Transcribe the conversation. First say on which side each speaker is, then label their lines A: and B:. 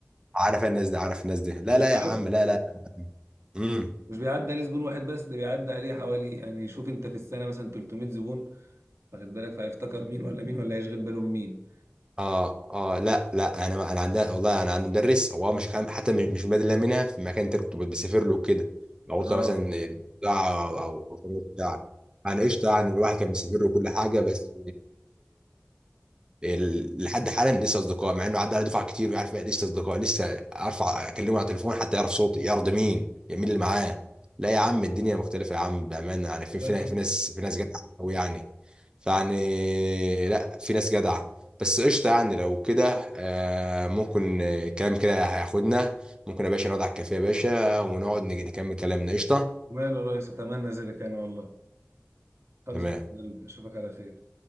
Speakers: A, on the right (about 20°); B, on the right (about 80°).
A: عارف الناس دي عارف الناس دي لا
B: مش
A: لا
B: بيعد-
A: يا عم لا لا امم
B: مش بيعدي عليه زبون واحد بس ده بيعدي عليه حوالي يعني شوف انت في السنه مثلا 300 زبون واخد بالك فهيفتكر مين ولا مين ولا هيشغل باله من مين
A: اه اه لا لا انا انا عندنا والله انا عندي مدرس هو مش كان حتى مش مش بادئ لها منها في مكان انت كنت بتسافر له كده لو
B: اه
A: قلت مثلا ساعه او او أو بتاع انا قشطه يعني الواحد كان بيسافر له كل حاجه بس ال- لحد حالا لسه اصدقاء مع انه عدى على دفعه كتير ويعرف بقى لسه اصدقاء لسه ارفع اكلمه على التليفون حتى يعرف صوتي يعرف ده مين يعني مين اللي معاه لا يا عم الدنيا مختلفه يا عم بامانه يعني في
B: لا
A: في
B: لا
A: في ناس في ناس جدعه قوي يعني فيعني لا في ناس جدعه بس قشطه يعني لو كده آه، ممكن آه، الكلام كده هياخدنا ممكن يا باشا نقعد على الكافيه يا باشا ونقعد نج- نكمل كلامنا قشطه
B: ماله يا ريس اتمنى ذلك انا والله خلص
A: تمام
B: يا حبيب قلبي، اشوفك على خير